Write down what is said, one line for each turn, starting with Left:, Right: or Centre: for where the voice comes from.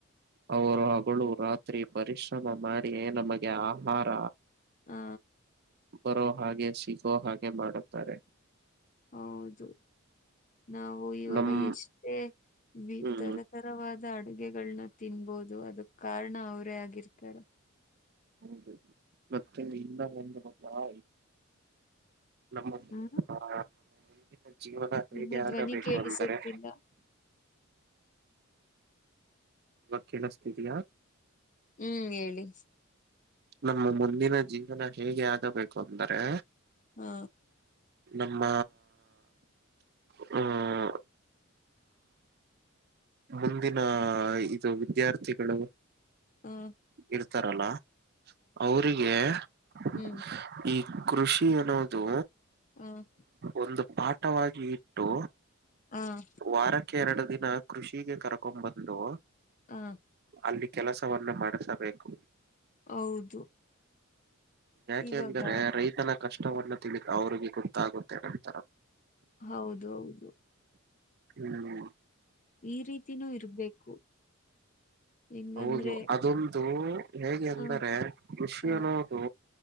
Right: ಅವರು ಹಗಳು ರಾತ್ರಿ ಪರಿಶ್ರಮ ಮಾಡಿ ನಮಗೆ ಆಹಾರ
Left: ಹಾ
Right: ಬರೋ ಹಾಗೆ ಸಿಗೋ ಹಾಗೆ ಮಾಡುತ್ತಾರೆ
Left: ಹೌದು ನಾವು ಇವಾಗ
Right: ನಮ್
Left: ಎಷ್ಟೇ ವಿ
Right: ಹ್ಮ್
Left: ತರತರವಾದ ಅಡುಗೆಗಳನ್ನ ತಿನ್ಬೋದು ಅದಕ್ ಕಾರಣ ಅವರೇ ಆಗಿರ್ತಾರೆ
Right: ಹೌದು ಮತ್ತೆ ಇ ಒಂದು ಮ ನಮ್ಮ
Left: ಹ್ಮ್
Right: ಹ ನಮ್ಮ ಮುಂದಿನ ಜೀವನ ಹೇಗೆ
Left: ನಿಮ್ಮ ಧ್ವನಿ
Right: ಆಗಬೇಕು
Left: ಕೇಳಿಸುತ್ತಿಲ್ಲ
Right: ಅಂದರೆ ವಾಕೀಲ ಸ್ಥತಿಯಾ
Left: ಹ್ಮ್ ಹೇಳಿ
Right: ನಮ್ಮ ಮುಂದಿನ ಜೀವನ ಹೇಗೆ ಆಗಬೇಕು ಅಂದ್ರೆ
Left: ಹಾ
Right: ನಮ್ಮ ಹ್ಮ್ ಮುಂದಿನ ಇದು ವಿದ್ಯಾರ್ಥಿಗಳು
Left: ಹ್ಮ್
Right: ಇರ್ತಾರಲ್ಲ ಅವರಿಗೆ ಸ್.
Left: ಹ್ಮ್
Right: ಈ ಕೃಷಿ ಅನ್ನೋದು.
Left: ಹ್ಮ್
Right: ಒಂದು ಪಾಠವಾಗಿ ಇಟ್ಟು.
Left: ಹ್ಮ್
Right: ವಾರಕ್ಕೆ ಎರಡು ದಿನ ಕೃಷಿಗೆ ಕರ್ಕೊಂಬಂದು.
Left: ಹ
Right: ಅಲ್ಲಿ ಕೆಲಸವನ್ನು ಮಾಡಿಸಬೇಕು.
Left: ಹೌದು.
Right: ಯಾಕೆ
Left: ಇವಾಗ
Right: ಅಂದ್ರೆ ರೈತನ ಕಷ್ಟವನ್ನು ತಿಳ ಅವ್ರಿಗೆ ಗೊತ್ತಾಗುತ್ತೆ ನಂತರ.
Left: ಹೌದು ಹೌದು.
Right: ಹ್ಮ್
Left: ಈ ರೀತಿನೂ ಇರ್ಬೇಕು. ಹೆಂಗಂದ್ರೆ
Right: ಹೌದು ಅದೊಂದು ಹೇಗೆ ಅಂದರೆ
Left: ಹ
Right: ಕೃಷಿ
Left: ಹ
Right: ಅನ್ನೋದು.